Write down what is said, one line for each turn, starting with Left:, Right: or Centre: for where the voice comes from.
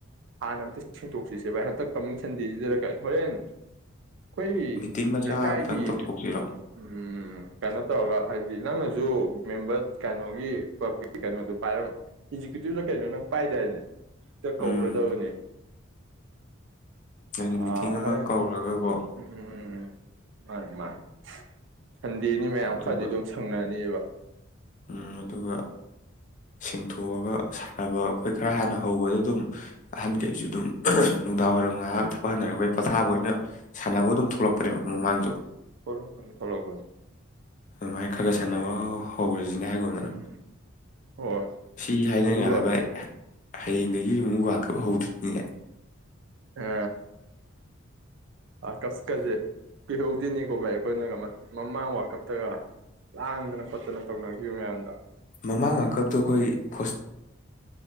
Right: ꯍꯥꯟꯅ ꯑꯝꯇ ꯁꯦꯡꯇꯣꯛꯁꯤꯁꯦꯚꯥꯏ ꯍꯟꯇꯛ ꯀꯃꯤꯡ ꯁꯟꯗꯦꯖꯤꯗꯔ ꯀꯥꯏ ꯍꯣꯔꯦꯟ ꯑꯈꯣꯏꯒꯤ
Left: ꯃꯤꯇꯤꯡ ꯃꯆꯥ
Right: ꯂꯩꯀꯥꯏꯒꯤ
Left: ꯑꯝꯇꯪ ꯇꯧꯊꯣꯛꯁꯤꯔꯣ
Right: ꯎꯝ ꯎꯝ ꯀꯩꯅꯣ ꯇꯧꯔꯒ ꯍꯥꯏꯗꯤ ꯅꯪꯅꯖꯨ ꯃꯦꯝꯕꯔ ꯀꯩꯅꯣꯒꯤ ꯀ꯭ꯂꯕꯀꯤ ꯀꯩꯅꯣꯗꯨ ꯄꯥꯏꯔ ꯑꯦꯛꯖꯤꯀꯌꯨꯇꯤꯞ ꯀꯩꯅꯣ ꯅꯪ ꯄꯥꯏꯗꯥꯏ ꯅꯦ ꯇ
Left: ꯎꯝ
Right: ꯀꯧꯔꯗꯕꯅꯦ ꯑ
Left: ꯍꯥꯏꯗꯤ ꯃꯤꯇꯤꯡ ꯑꯃ
Right: ꯍꯣꯔꯦꯟ
Left: ꯀꯧꯔꯒꯀꯣ
Right: ꯎꯝ ꯃꯥꯅꯤ ꯃꯥꯅꯤ ꯁꯟꯗꯦꯅꯤ ꯃꯌꯥꯝ
Left: ꯑꯗꯨꯒ
Right: ꯈꯔꯗꯤ ꯑꯗꯨꯝ ꯁꯪꯅꯅꯦꯕ
Left: ꯎꯝ ꯑꯗꯨꯒ ꯁꯦꯡꯊꯣꯛꯑꯒ ꯁꯥꯟꯅꯕ ꯑꯈꯣꯏ ꯈꯔ ꯍꯥꯟꯅ ꯍꯧꯕꯗ ꯑꯗꯨꯝ ꯑꯍꯟꯒꯩꯖꯨ
Right: ꯎꯝ
Left: ꯑꯗꯨꯝ ꯅꯨꯡꯗꯥꯡꯋꯥꯏꯔꯝ ꯉꯥꯏꯍꯥꯛ ꯊꯕꯛ ꯍꯟꯅꯔꯛ ꯄꯩ ꯄꯣꯊꯥꯕ ꯑꯣꯏꯅ ꯁꯥꯟꯅꯕ ꯑꯗꯨꯝ
Right: ꯎꯝ
Left: ꯊꯣꯛꯂꯛꯄꯅꯦꯕ ꯃꯃꯥꯡꯗꯨ
Right: ꯊꯣꯛꯂꯛꯄꯅꯤ ꯊꯣꯛꯂꯛꯄꯅꯤ
Left: ꯑꯗꯨꯃꯥꯏꯅ ꯈꯒ ꯁꯥꯟꯅꯕ ꯍꯧꯔꯖꯤꯅꯦ ꯍꯥꯏꯒꯨꯝꯗꯅ
Right: ꯎꯝ ꯍꯣꯏ
Left: ꯁꯤ ꯍꯥꯏꯅꯩꯉꯥꯏꯗ
Right: ꯑꯗꯨꯒ
Left: ꯚꯥꯏ ꯍꯌꯦꯡꯗꯒꯤ ꯃꯨꯛ ꯋꯥꯜ ꯀꯞ ꯍꯧꯗꯨꯏꯅꯤꯅꯦ
Right: ꯑ ꯋꯥꯔꯜ ꯀꯞꯁꯦ ꯀꯥꯖꯦ ꯀꯨꯏꯍꯧꯗꯦꯅꯦꯀꯣ ꯚꯥꯏ ꯑꯈꯣꯏꯅꯒ ꯃꯃꯥꯡ ꯋꯥꯔꯜ ꯀꯞꯇꯒ ꯂꯥꯡꯗꯅ ꯈꯣꯠꯇꯅ ꯇꯧꯅꯒꯤꯕ ꯃꯌꯥꯝꯗꯣ
Left: ꯃꯃꯥꯡ ꯋꯥꯔꯜ ꯀꯞꯇ ꯑꯈꯣꯏ ꯍꯣꯁ